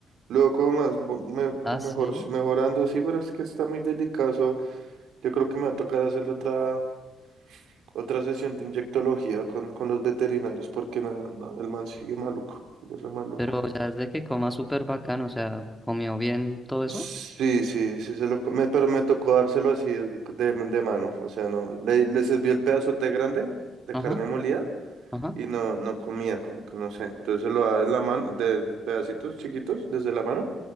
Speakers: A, on the right (about 75°); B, in the centre.
A: luego como más, bo- me-
B: Ah,
A: como
B: sí.
A: mejor, mejorando, sí, pero es que está muy delicado. eso, yo creo que me va a tocar hacerle otra, otra sesión de inyectología con, con los veterinarios, porque nada, no, el man sigue maluco, sigue re maluco.
B: Pero ya es de que coma súper bacano, o sea, comió bien todo eso.
A: Sí, sí, sí, se lo, co- me- pero me tocó dárselo así es- de, de mano, o sea, no, le, le serví el pedazote grande de
B: Ajá,
A: carne molida
B: ajá,
A: y no, no comía, como que no sé, entonces se lo daba en la mano, de pedacitos chiquitos desde la mano